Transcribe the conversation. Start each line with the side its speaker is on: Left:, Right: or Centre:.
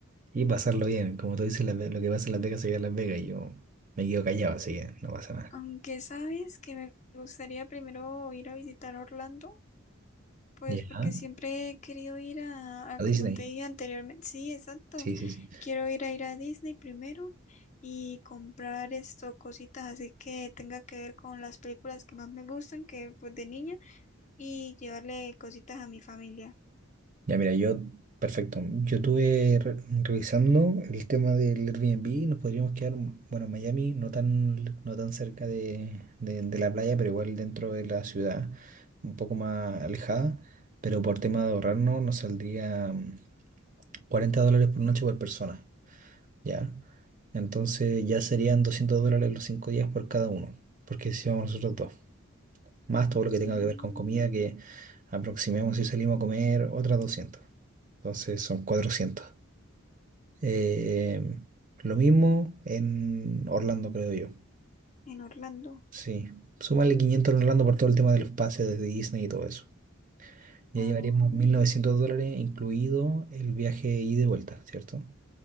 Right: Y pasarlo bien. Como tú dices, Las Ve- lo que pasa en Las Vegas se queda en Las Vegas y yo me quedo callado, así que no pasa nada.
Left: Aunque sabes que me gustaría primero ir a visitar Orlando. Pues
Right: Ya.
Left: porque siempre he querido ir a, a,
Right: A
Left: como
Right: Disney.
Left: te dije anteriormente, sí, exacto.
Right: Sí, sí, sí.
Left: Quiero ir a ir a Disney primero y comprar esto, cositas así que tenga que ver con las películas que más me gustan, que pues de niña, y llevarle cositas a mi familia.
Right: Ya, mira, yo, perfecto. Yo estuve re- revisando el tema del Airbnb y nos podríamos quedar, mm, bueno, en Miami, no tan, no tan cerca de, de- de la playa, pero igual dentro de la ciudad, un poco más alejada. Pero por tema de ahorrarnos, nos saldría mm, 40 dólares por noche por persona, ¿ya? Entonces ya serían 200 dólares los 5 días por cada uno, porque si vamos nosotros dos más todo lo que tenga
Left: Mm,
Right: que ver con comida, que aproximemos si salimos a comer otras 200. Entonces son 400. Eh, lo mismo en Orlando, creo yo.
Left: en Orlando.
Right: Sí, súmale 500 en Orlando por todo el tema de los pases de Disney y todo eso. Ya
Left: Ah,
Right: llevaríamos mil novecientos dólares, incluido el viaje ida y vuelta, ¿cierto?